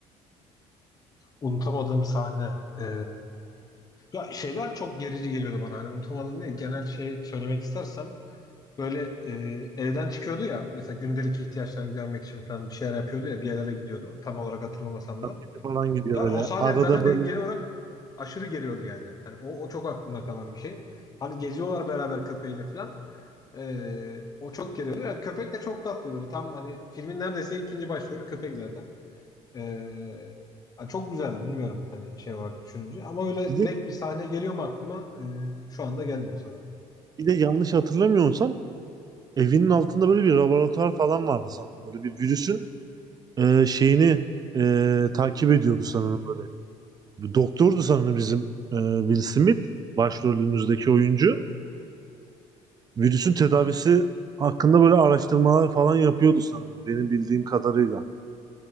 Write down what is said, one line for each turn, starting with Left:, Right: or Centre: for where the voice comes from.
Left: Unutamadığım sahne. Ee, ya şeyler çok gerici geliyordu bana. Hani unutamadığım değil. Genel şey söylemek istersem böyle e, evden çıkıyordu ya. Mesela gündelik ihtiyaçlarını gidermek için falan bir şeyler yapıyordu ya. Bir yerlere gidiyordu. Tam olarak hatırlamasam
Right: Markete
Left: da.
Right: falan gidiyor
Left: Yani
Right: böyle.
Left: o sahneler
Right: Arada
Left: zaten
Right: böyle
Left: benim genel olarak aşırı geriyordu yani. Hani o, o çok aklımda kalan bir şey. Hani geziyorlar beraber köpeğiyle falan. Ee, o çok geriyordu. Yani köpek de çok tatlı böyle. Tam hani filmin neredeyse ikinci başrolü köpek zaten. Ee, çok güzeldi bilmiyorum hani şey olarak düşününce. Ama öyle
Right: bir de
Left: direkt bir sahne geliyor mu aklıma? Ee, şu anda gelmiyor sanırım.
Right: bir de yanlış hatırlamıyorsam evinin altında böyle bir laboratuvar falan vardı sanırım. Böyle bir virüsün e, şeyini e, takip ediyordu sanırım böyle. Bu doktordu sanırım bizim e, Will Smith başrolümüzdeki oyuncu. Virüsün tedavisi hakkında böyle araştırmalar falan yapıyordu sanırım benim bildiğim kadarıyla.